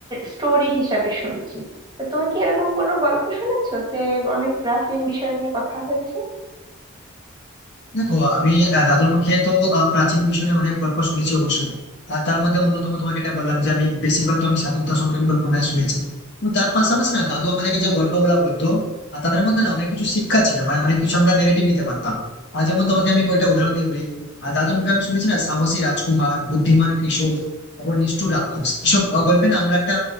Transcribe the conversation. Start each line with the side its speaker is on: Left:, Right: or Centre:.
Right: স্টোরি হিসাবে শুনছি তো তুমি কি এরকম কোনো গল্প শুনেছো যে অনেক প্রাচীন বিষয় নিয়ে কথা হয়েছে
Left: দেখো আমি আহ, দাদুর মুখে তো আহ, প্রাচীন বিষয় নিয়ে অনেক গল্প শুনেছি অবশ্যই আর তার মধ্যে অন্যতম তোমাকে এটা বললাম যে আমি বেশিরভাগ তো আমি স্বাধীনতা সংগ্রামী গল্পনায় শুনেছি এবং তার পাশাপাশি না দাদু আমাদেরকে যে গল্পগুলা বলতো আর তাদের মধ্যে না অনেক কিছু শিক্ষা ছিল মানে অনেক কিছু আমরা নেগেটিভ নিতে পারতাম আর যেমন তোমাকে আমি কয়েকটা উদাহরণ দিয়ে বলি আর দাদুর মুখে আমি শুনেছি না সাহসী রাজকুমার বুদ্ধিমান কৃষক এবং নিষ্ঠুর রাক্ষস এসব আহ, গল্পে না আমরা একটা